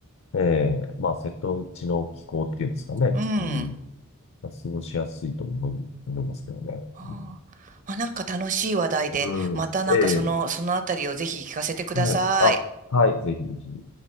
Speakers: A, on the left; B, on the right.
A: ええまあ瀬戸内の気候っていうんですかね。
B: うん。
A: うん。過ごしやすいと思い、思いますけどね。
B: ああ、
A: う
B: まあ、なんか楽しい話題で、
A: んうん。
B: またなんかその、
A: ええ。
B: そのあたりをぜひ聞かせてください。
A: はい。あ、はい。ぜひぜひ。